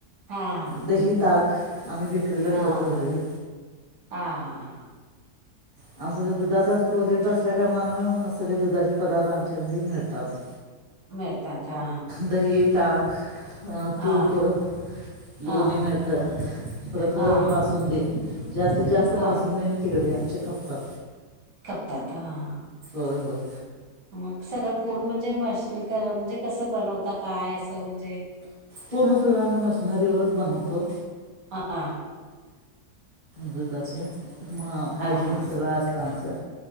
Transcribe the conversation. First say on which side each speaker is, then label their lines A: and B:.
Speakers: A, on the right; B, on the right.
A: हा हा
B: दही, ताक. आम्ही विक्रीला
A: हा
B: ठेवतो घरी.
A: हा
B: आमचा तर दुधाचाच प्रोजेक्ट असल्या कारणान सगळे दुधाचे पदार्थ आमच्या घरी मिळतात.
A: मळताथ हा.
B: दही ताक
A: हा
B: तूप, लोवणी
A: हा हा
B: मिळतं परत
A: हा
B: बासुंदी. जास्तीत जास्त
A: हा
B: बासुंदी, पेडे आमचे खपतात.
A: कपताात हा हा.
B: हो हो.
A: मग सगळं पूर्ण म्हणजे मशनी म्हणजे कसं बनवता काय असं म्हणजे.
B: पूर्ण सगळं आम्ही मशिनरीवरच बनवतो.
A: हा हा
B: दुधक्षण म हायजेनिक
A: हा
B: सगव असस्त आमचं.